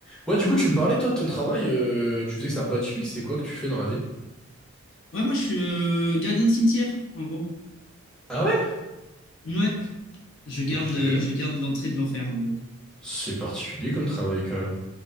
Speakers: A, in the centre; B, on the left.
A: Ouais, du coup, tu me parlais, toi, de ton travail. euh, tu disais que c'était un peu atypique. C'est quoi que tu fais dans la vie?
B: Ouais, moi je suis euh, gardien de cimetière, en gros.
A: Ah ouais?
B: Ouais, je garde
A: Ok.
B: le, je garde l'entrée de l'enfer, en gros.
A: C'est particulier comme travail, quand même.